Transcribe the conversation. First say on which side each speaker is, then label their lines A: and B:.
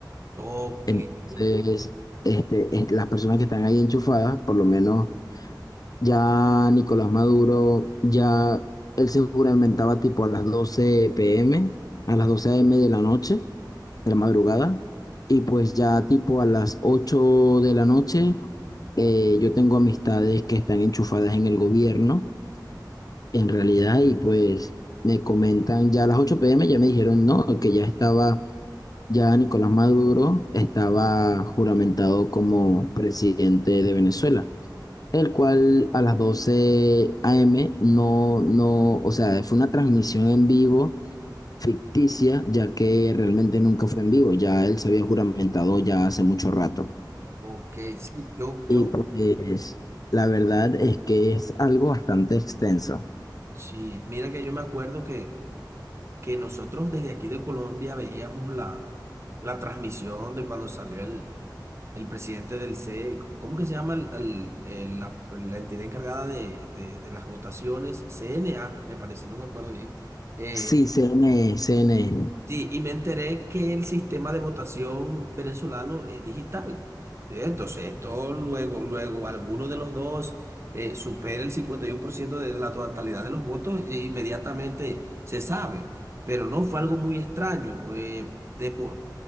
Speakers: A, on the right; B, on the left.
A: Ok,
B: Entonces,
A: en-
B: este, es- las personas que están ahí enchufadas, por lo menos ya Nicolás Maduro, ya él se juramentaba tipo a las 12 p.m., a las 12 a.m. de la noche, de la madrugada, y pues ya tipo a las 8 de la noche, eh, yo tengo amistades que están enchufadas en el gobierno, en realidad, y pues me comentan, ya a las 8 p.m. ya me dijeron, no, que ya estaba, ya Nicolás Maduro estaba juramentado como presidente de Venezuela el cual a las 12 AM no, no, o sea, fue una transmisión en vivo ficticia, ya que realmente nunca fue en vivo, ya él se había juramentado ya hace mucho rato.
A: ok, sí, yo, yo,
B: Y pues la verdad es que es algo bastante extenso.
A: sí, mira que yo me acuerdo que, que nosotros desde aquí de Colombia veíamos la, la transmisión de cuando salió el el presidente del CEICO. ¿Cómo que se llama el- el- el- la, la entidad encargada de, de- de las votaciones? CNA, me parece, no me acuerdo bien. Eh,
B: Sí, C N CNE, CNE.
A: Sí, y me enteré que el sistema de votación venezolano es digital. Eh, Entonces, esto luego, luego alguno de los dos eh, supera el 51% de la totalidad de los votos, e inmediatamente se sabe. Pero no fue algo muy extraño. eh, demo-